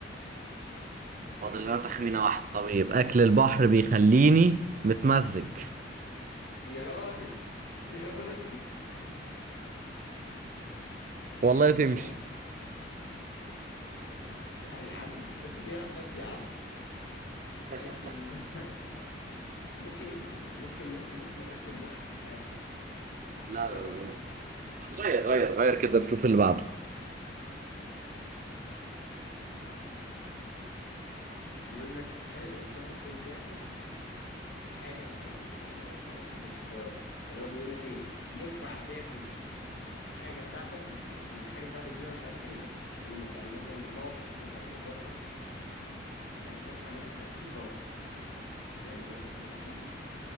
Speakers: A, on the right; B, on the left.
A: فاضل لنا تخمينة واحدة طب طيب أكل البحر بيخليني متمزج
B: يا راجل يا راجل
A: <laughs>
B: <laughs> اكل
A: والله
B: البحر
A: تمشي
B: آه... لا يا عم بس كده يا عم بس يا عم
A: لا
B: اكل البحر <laughs> ممكن ممكن الناس تدوخ من اكل البحر مش عارف
A: لا
B: نجرب
A: لا. غير غير غير كده نشوف اللي بعده
B: ماشي آه... بيقول لك هل انت ممكن تاكل حاجه بت... يعني يعني هو- يعني مش عارف اوصفها لك اللي هو بيقول لك ايه ينفع تاكل حاجه بتاعتك بس الحاجه بتاعتك دي بقى مش عارف ايه هي انا م- يعني مثلا ضوافرك ينفع تاكل ضوافرك لكن انا متوقع ان هي هتبقى اكيد ضوافر يعني ضوافرك هتبقى اكيد فيها